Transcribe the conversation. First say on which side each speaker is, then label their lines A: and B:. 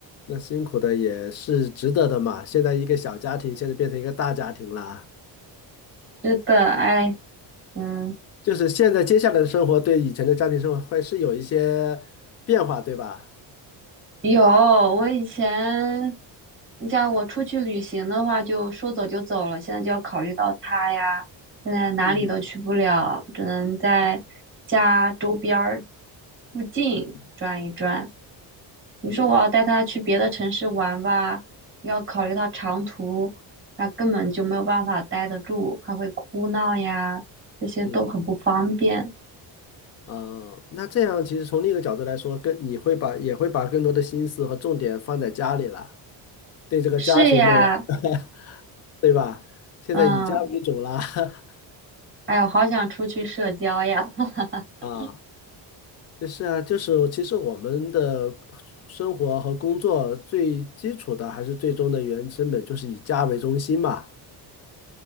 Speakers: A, on the left (about 35°); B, on the right (about 25°).
A: 那辛苦的也是值得的嘛。现在一个小家庭，现在变成一个大家庭啦。
B: 是的，哎，嗯。
A: 就是现在接下来的生活对以前的家庭生活会是有一些变化，对吧？
B: 有，我以前，你像我出去旅行的话，就说走就走了，现在就要考虑到他呀，现在哪里都去不了，
A: 嗯
B: 只能在家周边儿附近转一转。
A: 嗯，
B: 你说我要带他去别的城市玩吧，
A: 嗯
B: 要考虑到长途，他根本就没有办法待得住，还会哭闹呀，这些都很不方便。
A: 嗯，哦，那这样其实从另一个角度来说，跟你会把也会把更多的心思和重点放在家里了，对这个家庭的。
B: 是呀，
A: <laughs> 对吧？现在以家为主啦，
B: 嗯。
A: <laughs>
B: 哎呀，好想出去社交呀！<laughs>
A: 啊，就是啊，就是其实我们的生活和工作最基础的还是最终的原成本就是以家为中心嘛。